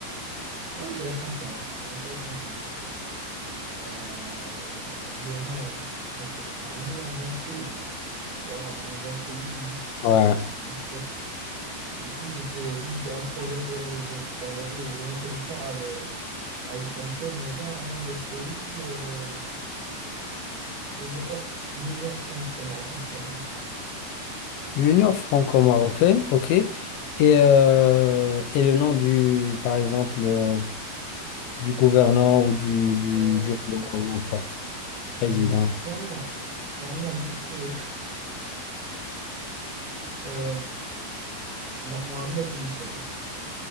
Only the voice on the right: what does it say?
Ouais, je dirais France-Maroc. Je dirais France-Maroc. Euh, Le nom, <laughs> je sais, je sais pas, un nom d'un pays. Waouh, un nom d'un pays,
il faut. Si, si c'était si c'était un projet sérieux, je vais prendre du, je mettrais du temps à le, à y penser, mais là, un nom de pays, euh, je sais pas, l'Union franco-marocaine.
Euh,
le- son nom, son nom du coup, <laughs> euh, Mo- Mohamed Michel,